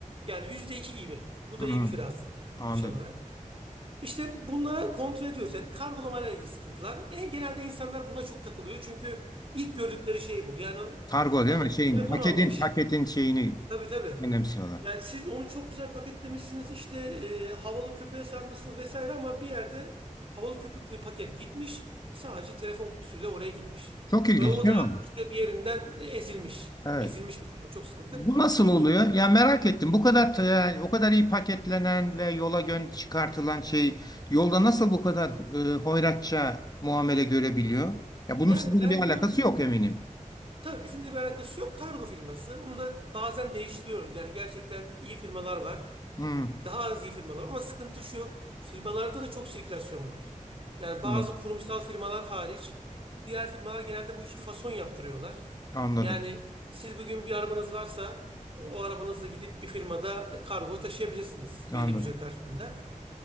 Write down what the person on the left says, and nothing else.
Hı
hı.
Anladım.
Kargo değil
mi? Şeyin,
paketin
paketin şeyini
önemsiyorlar.
Çok ilginç
değil
mi bu?
Evet.
Bu nasıl
oluyor?
Ya merak ettim. Bu kadar e, o kadar iyi paketlenen ve yola gön çıkartılan şey yolda nasıl bu kadar e, hoyratça muamele görebiliyor? Ya bunun
sizinle
bir alakası
yok eminim.
Hmm,
anladım.
Anladım.
Anladım.